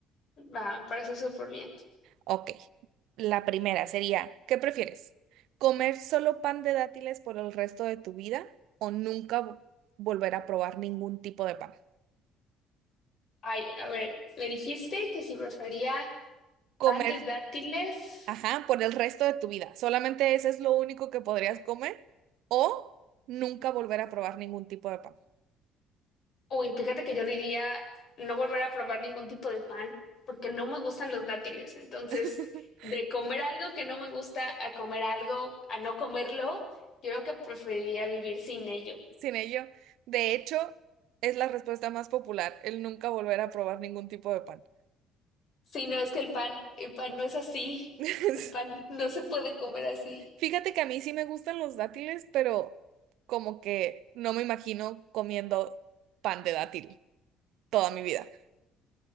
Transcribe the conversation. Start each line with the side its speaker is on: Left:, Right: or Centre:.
Left: Va, para eso súper bien.
Right: Ok. La primera sería, ¿qué prefieres? ¿Comer solo pan de dátiles por el resto de tu vida o nunca vo- volver a probar ningún tipo de pan?
Left: Ay, a ver, me dijiste que si prefería pan
Right: ¿Comer
Left: de dátiles.
Right: Ajá, por el resto de tu vida. Solamente ese es lo único que podrías comer o nunca volver a probar ningún tipo de pan.
Left: Uy, fíjate que yo diría no volver a probar ningún tipo de pan porque no me gustan los dátiles. Entonces,
Right: <laughs>
Left: de comer algo que no me gusta a comer algo, a no comerlo, yo creo que preferiría vivir sin ello.
Right: Sin ello, de hecho, es la respuesta más popular, el nunca volver a probar ningún tipo de pan.
Left: Si no, es que el pan, el pan no es así.
Right: <laughs>
Left: El pan no se puede comer así.
Right: Fíjate que a mí sí me gustan los dátiles, pero como que no me imagino comiendo pan de dátil toda mi vida.